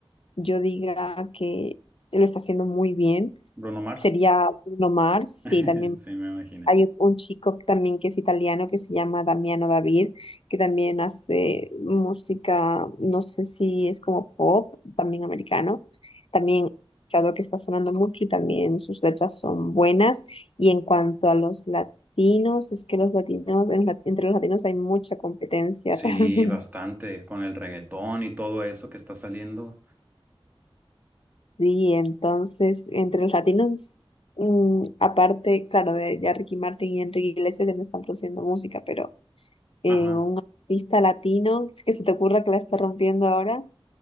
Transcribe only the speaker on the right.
Bruno Mars.
<laughs>
Sí, me imagino.
Sí,
bastante, con el reggaetón y todo eso que está saliendo.
Ajá.